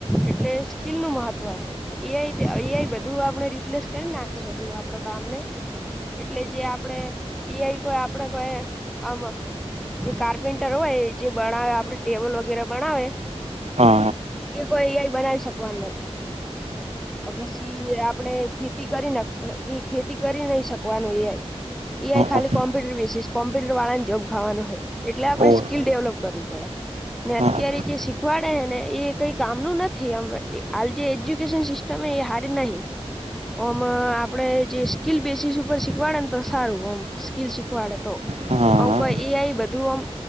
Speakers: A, in the centre; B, on the right.
A: એટલે સ્કીલનું મહત્વ હે. એ. આઈ એ. આઈએ બધું આપડે રિપ્લેસ કરીને નાખે બધું આપડે કામને એટલે જે આપડે એ. આઈ કોઈ આપડે કોઈ આમ. જે કાર્પેન્ટર હોય જે બનાવે આપડે ટેબલ વગેરે બણાવે.
B: હા
A: એ કોઈ એ આઈ બનાવી શકવાનું નથી. અને પછી આપ આપણે ખેતી કરીન ઈ ખેતી નહીં શકવાનું. એ. આઈ. એ. આઈ. ખાલી
B: હા
A: કમ્પ્યુટર બેસીસ કોમ્પ્યુટર વાળાને જોબ ખાવાનું હોય. એટલે આપણે
B: ઓર
A: સ્કીલ ડેવલોપ કરવી પડે. ને અત્યારે
B: હા
A: જે શીખવાડે હેને એ કાંઈ કામનું નથી. આમ હાલ જે એજ્યુકેશન સિસ્ટમ તમે એ હારી નહી. ઓમ આપડે જે સ્કીલ બેસીસ ઉપર શીખવાડેને તો સારું આમ સ્કીલ શીખવાડે તો
B: હા
A: હવે કોઈ એ. આઈ બધું ઓમ.